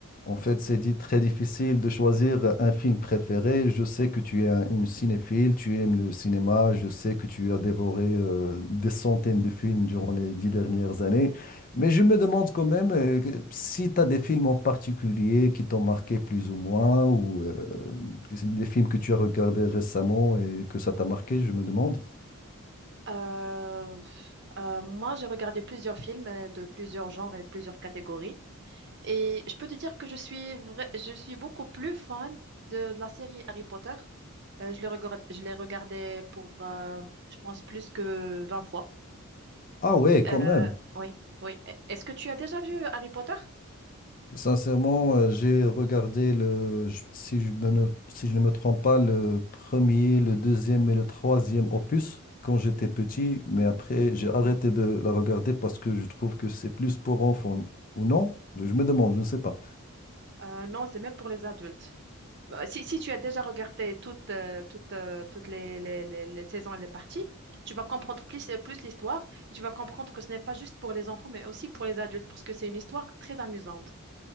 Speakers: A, on the left; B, on the right.
A: En fait, c'est dit très difficile de choisir un film préféré. Je sais que tu es un- une cinéphile, tu aimes le cinéma. Je sais que tu as dévoré euh, des centaines de films durant les dix dernières années. Mais je me demande quand même euh, que- si tu as des films en particulier qui t'ont marqué plus ou moins, ou euh, des films que tu as regardés récemment et que ça t'a marqué, je me demande.
B: Euh, euh, moi, j'ai regardé plusieurs films euh, de plusieurs genres et plusieurs catégories. Et je peux te dire que je suis vrai- je suis beaucoup plus fan de, de la série Harry Potter. Euh, je l'ai regard- je l'ai regardé pour, euh, je pense, plus que vingt fois.
A: Ah ouais, quand
B: Euh,
A: même.
B: oui, oui. E- Est-ce que tu as déjà vu Harry Potter?
A: Sincèrement, euh, j'ai regardé le, je- si je me ne, si je ne me trompe pas, le premier, le deuxième et le troisième opus quand j'étais petit, mais après
B: Mhm.
A: j'ai arrêté de la regarder parce que je trouve que c'est plus pour enfants ou non. Je, je me demande, je ne sais pas.
B: Euh, non, c'est même pour les adultes. Bah, Si, si tu as déjà regardé toutes, euh, toutes, euh, toutes les, les- les- les saisons et les parties, tu vas comprendre plus, euh, plus l'histoire. et Tu vas comprendre que ce n'est pas juste pour les enfants, mais aussi pour les adultes, parce que c'est une histoire très amusante.